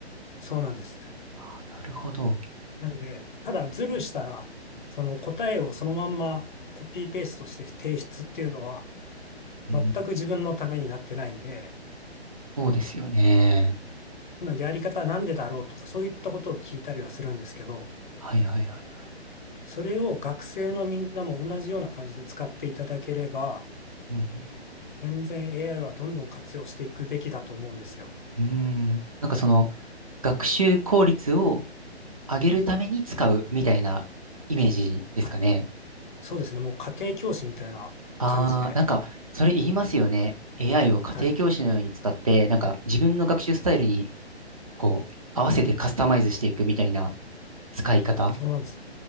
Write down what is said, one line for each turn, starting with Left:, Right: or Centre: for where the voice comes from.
Left: そうなんです。
Right: あーなるほど。
Left: なんで、ただズルしたら、その答えをそのまんまコピーペーストして提出っていうのは、
Right: うん、
Left: 全く自分のためになってないんで、
Right: そうですよね。
Left: まあやり方はなんでだろうとかそういったことを聞いたりはするんですけど、
Right: はいはいはいはい。
Left: それを学生のみんなも同じような感じで使っていただければ、
Right: うん、
Left: 全然 AI はどんどん活用していくべきだと思うんですよ。
Right: うん、なんかその学習効率を上げるために使うみたいなイメージですかね。
Left: はいそうですね。もう家庭教師みたいな感じで。
Right: ああ、なんかそれ言いますよね。AI を家庭教師のように使って、
Left: はい。
Right: なんか自分の学習スタイルにこう合わせてカスタマイズしていくみたいな
Left: うん。
Right: 使い方。
Left: そうなんですよ。